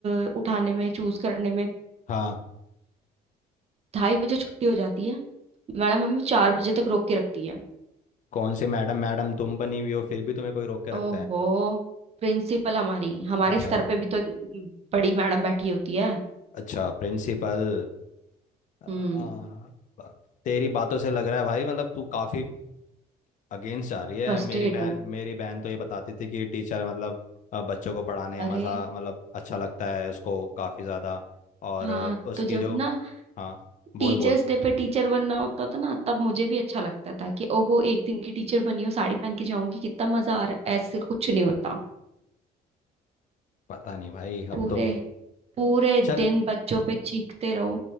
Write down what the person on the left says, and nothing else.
हाँ
कौन से मैडम मैडम तुम बनी हुई हो फिर भी तुम्हें कोई रोक के रखता
है
अच्छा
अच्छा प्रिंसिपल आ,
ब- तेरी बातों से लग रहा है भाई मतलब तू काफी अगेंस्ट जा रही है
मेरी बहन
मेरी बहन तो ये बताती थी कि टीचर मतलब अ, बच्चों को पढ़ाने
में मजा मतलब अच्छा लगता है उसको काफी ज्यादा और
अ, उसकी
जो
हाँ बोल
बोल
पता नहीं भाई अब
तो
चल